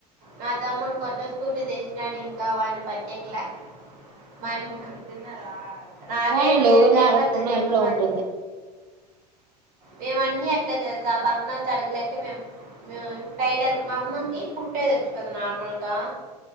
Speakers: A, on the right; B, on the right.
A: నా తమ్ముడు కొత్త స్కూటీ తెచ్చినాడు ఇంకా వాన్నీ పట్టేకలా మన్నారు నాకే
B: పోనీలే
A: నువ్వేం
B: ఎవరిని
A: జాగ్రత్తలు
B: అడగకుండా
A: చెప్పమాకు
B: ఇంట్లో ఉంటుంది
A: మేము అన్నీ అట్లా తెలుసా, ఆ పక్కనలు తడగలేక మేము మేము టైలర్ మా అమ్మకి కుట్టేదొచ్చు తది నార్మల్ గా